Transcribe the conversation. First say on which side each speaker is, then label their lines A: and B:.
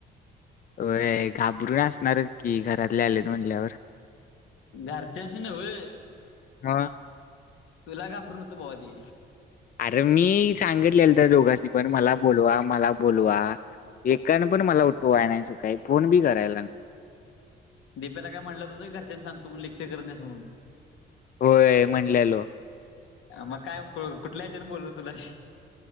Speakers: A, on the left; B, on the left.
A: होय घाबरून असणारच कि घरातले आलेत म्हणल्यावर.
B: घरच्याचं नव्ह
A: मग
B: तुला घाबरत होत भावा ते.
A: अरे मी सांगितलेलं तर दोघांनी पण मला बोलवा मला बोलवा. एकानं पण मला उठवाय नाही सकाळी फोन बी करायला नाही.
B: दिप्याला काय म्हटलं त होत घरच्यांना सांगतो मग लेक्चर करत नाहीस म्हणून.
A: होय म्हणलेलो
B: मग काय कुठल्या ह्याच्यान बोलू तुला.